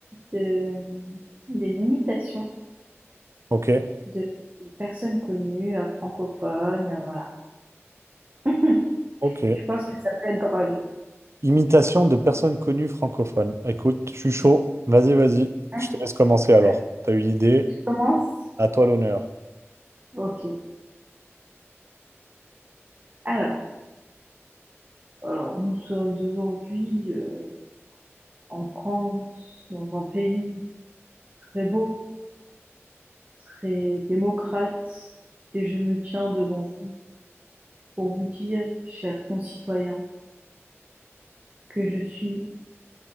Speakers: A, on the right; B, on the right.
A: de, des imitations
B: Ok,
A: de personnes connues, euh, francophones, euh, voilà. <laughs>
B: ok.
A: Je pense que ça peut être drôle.
B: Imitation de personnes connues francophones. Écoute, je suis chaud. Vas-y, vas-y.
A: Hein
B: Je te laisse commencer alors.
A: Je
B: T'as eu l'idée.
A: je commence?
B: À toi l'honneur.
A: Ok. Alors, alors, nous sommes aujourd'hui euh, en France, dans un pays très beau. très démocrate et je me tiens devant vous pour vous dire, chers concitoyens, que je suis